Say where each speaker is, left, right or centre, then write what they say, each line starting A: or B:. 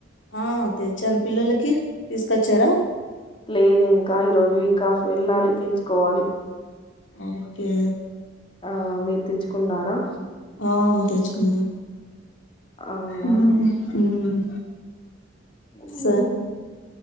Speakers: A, on the left; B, on the left.
A: ఆ తెచ్చాను పిల్లలకి తీసుకొచ్చారా
B: లేదు ఇంకా ఈరోజు వీక్ ఆఫ్ వెళ్ళాలి తెచుకోవాలి
A: ఓకే
B: ఆ మీరు తెచ్చుకున్నారా
A: ఆ తెచ్చుకున్నా
B: అవునా
A: ఉమ్ ఉమ్
B: మ్మ్.
A: స